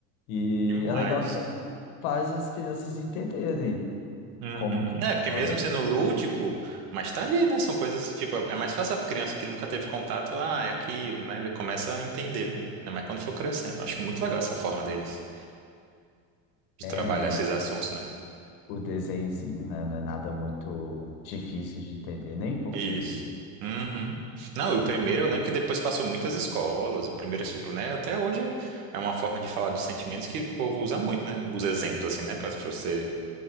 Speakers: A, on the left; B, on the right.
A: e
B: demais.
A: é legal que também faz as crianças entenderem
B: Uhum.
A: como que
B: É, porque
A: funciona.
B: mesmo sendo lúdico, mas tá ali, né? São coisas, tipo, é mais fácil pra criança que nunca teve contato, ah, é aquilo, né? Ele começa a entender, né? Ainda mais quando for crescendo. Acho muito legal essa forma deles de
A: É,
B: trabalhar
A: ainda mais
B: esses assuntos, né?
A: o desenhozinho, né? Não é nada muito difícil de entender, nem um pouco
B: Isso.
A: difícil.
B: Uhum. Não, e o primeiro eu lembro que depois passou muitas escolas. O primeiro, tipo, né? Até hoje é uma forma de falar de sentimentos que o povo usa muito, né? Os exemplos, assim, né? Pra pra você